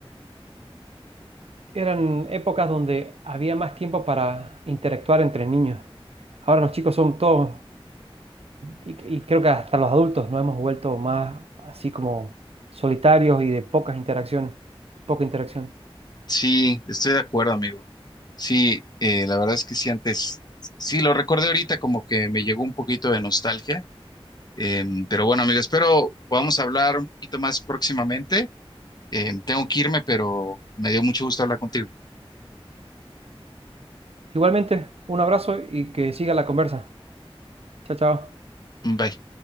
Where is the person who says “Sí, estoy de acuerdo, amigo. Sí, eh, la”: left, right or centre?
Left